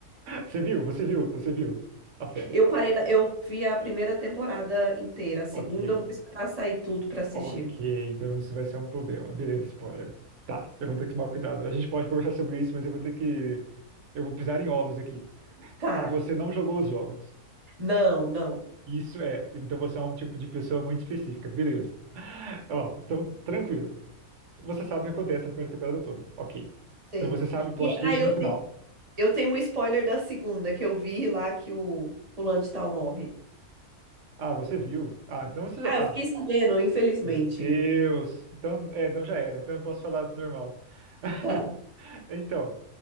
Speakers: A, on the right; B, on the right.
A: Você viu? Você viu? Você viu a série?
B: Eu parei na- eu vi a primeira temporada inteira, a segunda
A: Ok,
B: eu vou esperar sair tudo pra assistir.
A: ok. Então isso vai ser um problema. Beleza, spoiler. Tá, eu vou ter que tomar cuidado. A gente pode conversar sobre isso, mas eu vou ter que. Eu vou pisar em ovos aqui.
B: Tá.
A: Você não jogou os jogos.
B: Não, não.
A: Isso é. Então você é um tipo de pessoa muito específica. Beleza. Ó, então, tranquilo. Você sabe o que acontece na primeira temporada toda. Ok.
B: Sei.
A: Então você sabe o plot
B: E
A: twist
B: ah, eu
A: no final.
B: tenho Eu tenho um spoiler da segunda que eu vi lá que o fulano de tal morre.
A: Ah, você viu. Ah, então você já.
B: Ah, eu fiquei
A: Ah,
B: sabendo, infelizmente.
A: meu Deus. Então, é, então já era. Então eu posso falar normal. <laughs>
B: Tá.
A: Então,